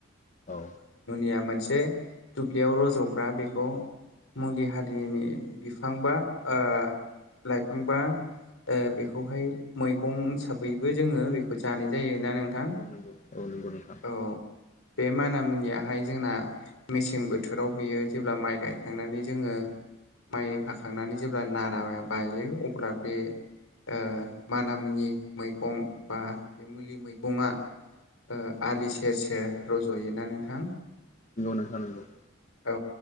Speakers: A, on the left; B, on the left.
A: औ
B: या मोनसे दुब्लियाव रजग्रा बेखौ मुलि हारिनि बिफांबा ओ लाइफांबा ओ बेखौहाय मैगं हिसाबैबो जोङो बेखौ जानाय जायोना नोंथां।
A: नंगौ नंगौ औ नंगौ नोंथां
B: औ बे माना मुनिया बेहाय जोंना मेसें बोथोराव बियो जेब्ला माइ गायखांनानै जोङो। माइ हाखांनानै जेब्ला नाराया बायो। अब्ला बे ओ माना मुनि मैगं बा बे मुलि मैगंआ ओ आलि सेर सेर
A: औ
B: रज'योना नोंथां।
A: नंगौ नोंथां नंगौ।
B: औ